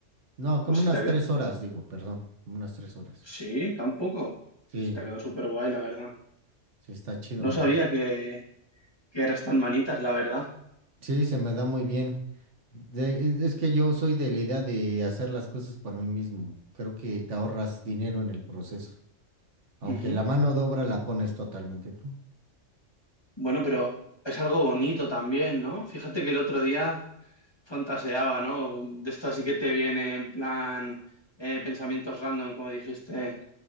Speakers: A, on the right (about 65°); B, on the left (about 20°).
A: No, como
B: Pues
A: unas
B: si te... ha que-
A: tres horas, digo, perdón, como unas tres horas.
B: Sí, tampoco.
A: Sí,
B: Se te quedó súper guay, la verdad.
A: Sí, está chido,
B: No
A: ¿no?
B: sabía que, que eras tan manitas, la verdad.
A: Sí, se me da muy bien. De- es que yo soy de la idea de hacer las cosas por mí mismo. Creo que te ahorras dinero en el proceso. Aunque
B: Ujú.
A: la mano de obra la pones totalmente tú.
B: Bueno, pero es algo bonito también, ¿no? Fíjate que el otro día... fantaseaba, ¿no? De esto así que te viene en plan eh, pensamientos random, como dijiste,